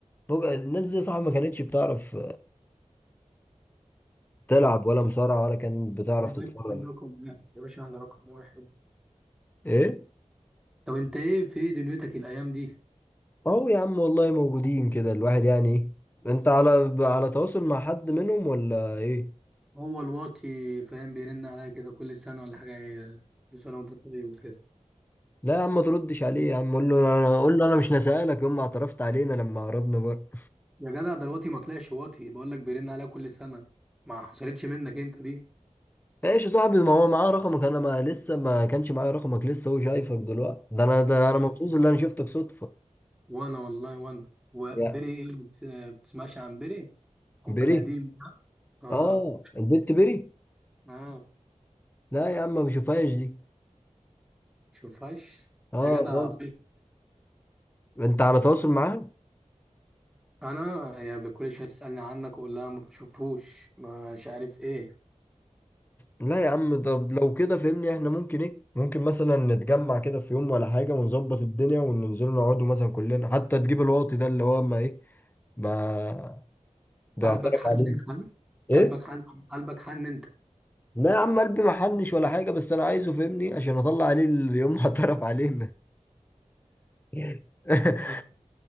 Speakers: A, on the left; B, in the centre.
A: فوق الناس دي صح ما كانتش بتعرف تلعب
B: خالص
A: ولا مصارعة ولا كانت بتعرف
B: يا باشا
A: تتفرج
B: رقم واحد يا باشا احنا رقم واحد
A: ايه
B: طب انت ايه في ايه دنيتك الايام دي
A: اهو يا عم والله موجودين كده الواحد يعني ايه انت على على تواصل مع حد منهم ولا ايه
B: هو الواطي فاهم بيرن عليا كده كل سنه ولا حاجه إيه، كل سنه وانت طيب وكده
A: لا يا عم ما تردش عليه يا عم قول له انا قول له انا مش نسألك يوم ما اعترفت علينا لما هربنا بره
B: يا جدع ده الواطي ما طلعش واطي بقول لك بيرن عليا كل سنه ما حصلتش منك انت دي
A: ايش يا صاحبي ما هو معاه رقمك انا ما لسه ما كانش معايا رقمك لسه هو شايفك دلوقتي ده انا ده
B: نعم.
A: انا مبسوط ان انا شفتك صدفة
B: وانا والله وانا وبري
A: يا
B: ايه ما بت- آه، بتسمعش عن بري حب
A: بيري
B: القديم ده. اه
A: اه البنت بيري
B: اه
A: لا يا عم ما بشوفهاش دي
B: شوفهاش
A: اه
B: يا جدع
A: خالص انت على تواصل معاها
B: انا يعني كل شويه تسالني عنك واقول لها ما بشوفوش مش عارف ايه
A: لا يا عم طب لو كده فهمني احنا ممكن ايه ممكن مثلا نتجمع كده في يوم ولا حاجة ونظبط الدنيا وننزل نقعدوا مثلا كلنا حتى تجيب الواطي ده اللي هو ما ايه ما بيعترف
B: قلبك حن
A: عليه
B: انت ها؟
A: ايه
B: قلبك حن قلبك حن انت
A: لا يا عم قلبي محنش ولا حاجة بس انا عايزه فهمني عشان اطلع عليه اليوم <laughs> هعترف عليه <laughs>
B: لا